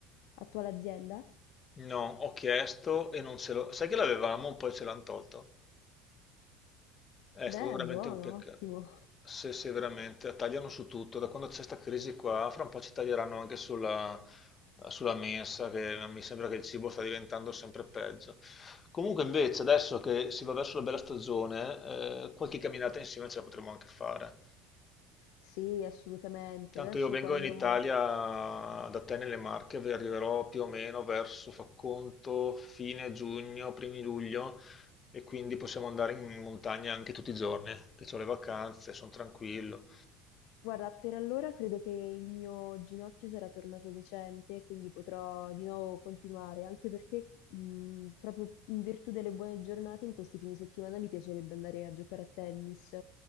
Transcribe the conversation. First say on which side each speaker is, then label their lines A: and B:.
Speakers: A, on the left; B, on the left.
A: attuale azienda?
B: No, ho chiesto e non ce l'ho. Sai che l'avevamo, poi ce l'hanno tolto. È stato
A: Beh,
B: veramente
A: buono,
B: un peccato.
A: ottimo.
B: Se, se veramente tagliano su tutto, da quando c'è questa crisi qua, fra un po' ci taglieranno anche sulla, sulla mensa, che mi sembra che il cibo sta diventando sempre peggio. Comunque invece, adesso che si va verso la bella stagione, eh, qualche camminata insieme ce la potremo anche fare.
A: Sì, assolutamente.
B: Tanto
A: Adesso
B: io vengo
A: quando...
B: in Italia da te nelle Marche, vi arriverò più o meno verso, fa conto, fine giugno, primi luglio, e quindi possiamo andare in montagna anche tutti i giorni, che ho le vacanze, sono tranquillo.
A: Guarda, per allora credo che il mio ginocchio sarà tornato decente, quindi potrò di nuovo continuare, anche perché mh, proprio in virtù delle buone giornate in questi fine settimana mi piacerebbe andare a giocare a tennis,